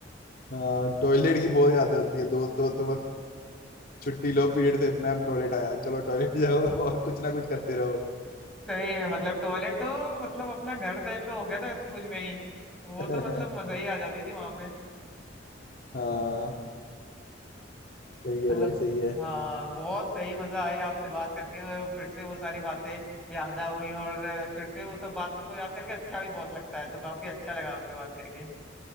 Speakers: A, on the left; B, in the centre.
A: हाँ टॉयलेट की बहुत यादें होती है दोस्त हो तो बस छुट्टी लो पीरियड से मैम टॉयलेट आया चलो टॉयलेट जाओ <laughs> और कुछ ना कुछ करते रहो
B: सही में मतलब टॉयलेट तो मतलब अपना घर टाइप का हो गया था स्कूल में ही वो
A: <laughs>
B: तो मतलब मजा ही आ जाती थी वहां पे
A: हाँ सही है
B: मतलब
A: भाई सही है
B: हाँ बहुत सही मजा आई आपसे बात करके और फिर से वो सारी बातें याद आ हुई और अ, फिर से वो सब बात को याद करके अच्छा भी बहुत लगता है तो काफी अच्छा लगा आपसे बात करके